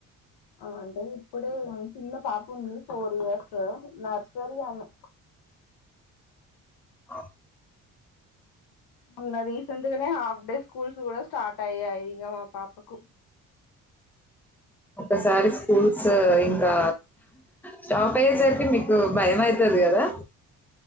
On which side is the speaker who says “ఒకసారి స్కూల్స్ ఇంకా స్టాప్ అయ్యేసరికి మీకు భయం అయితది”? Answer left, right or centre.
Centre